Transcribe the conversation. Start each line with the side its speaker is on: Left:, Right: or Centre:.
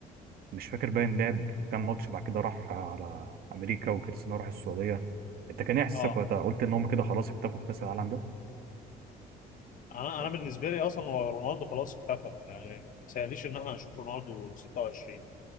Right: مش فاكر باين لعب كام ماتش بعد كده راح على امريكا وكريستيانو راح السعوديه انت كان ايه احساسك
Left: اه
Right: وقتها قلت ان هم كده خلاص اكتفوا بكاس العالم ده
Left: انا
Right: ولا
Left: انا بالنسبه
Right: كان
Left: لي اصلا هو رونالدو خلاص اختفى يعني ما تسأليش ان احنا هنشوف رونالدو 26